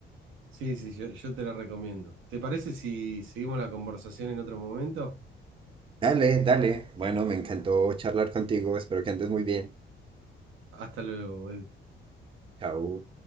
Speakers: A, on the right; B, on the right.
A: Sí, sí, yo, yo te la recomiendo. ¿Te parece si seguimos la conversación en otro momento?
B: Dale, dale. Bueno, me encantó charlar contigo. Espero que andes muy bien.
A: Hasta luego, Edu.
B: Chao.